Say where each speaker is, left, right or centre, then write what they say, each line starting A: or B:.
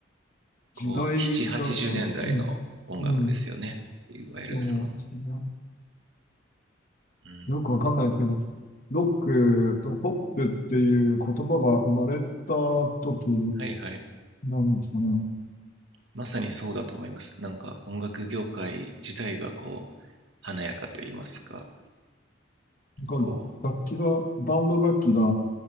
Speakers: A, on the left; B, on the right.
A: 時代が違う。
B: こう780年代の音楽ですよねいわゆるその
A: うん。うん。そうですね。
B: うん
A: よくわかんないですけど、ロックとポップっていう言葉が生まれた時
B: はいはい
A: なんですかね。
B: まさにそうだと思いますなんか音楽業界自体がこう華やかと言いますか
A: なんか楽器が、
B: こ
A: バンド楽器があ